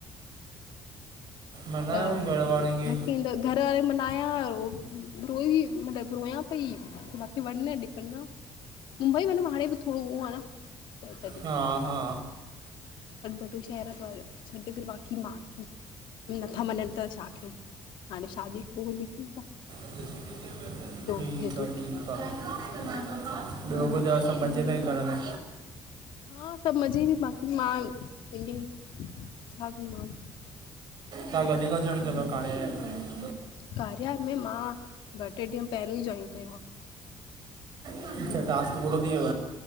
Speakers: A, on the left (about 75°); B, on the right (about 60°).
A: <inaudible>
B: मनायो
A: त
B: घर वारनि खे
A: नकींदो घर वारे मनाया रोई मतिलब रोयया ई बाक़ी वढ़न डीपढ़न मुंबई म हाणे बि थोरो आहे न त तॾी
B: हा हा
A: अटबटो शहर छॾ <unintelligible> नथा मञनि त छा कयूं हाणे शादी पोइ कुझु ॾिसूं था
B: <unintelligible>
A: जो
B: ठीकु
A: जेतिरो
B: आहे ठीक <unintelligible> ॿियो ॿुधायो अ सभां मज़े में ई घर में
A: हा सभु मज़े बि बाकी मां पंहिंज ई छा कयूं मां
B: तव्हां कॾी खो जोइन्ट कयो तव कार्य एप्प?
A: कारिया एप्प में मां ॿ टे ॾींहं पहिरियों ई जॉइन कयो आहे
B: अचछा टासक पूरो थियुव